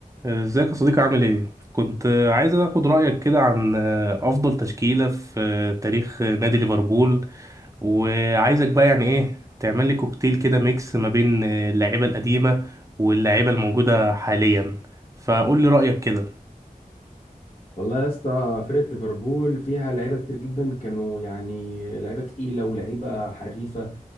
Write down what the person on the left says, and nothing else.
والله يا اسطى فرقة ليفربول فيها لعيبة كتير جدا كانوا يعني لعيبة تقيلة ولعيبة حريفة